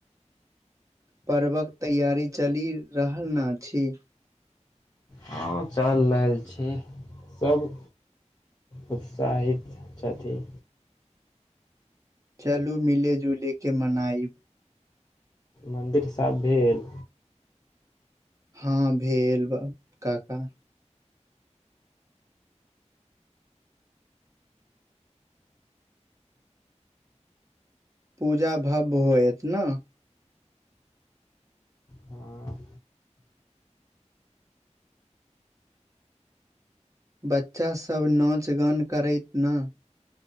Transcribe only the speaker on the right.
पर्वक तैयारी चलि रहल ना छी
चलू मिले जुले के मनाईब
हँ भेल बा काका पूजा भब्य होयत ना
बच्चासभ नाच गान करैत ना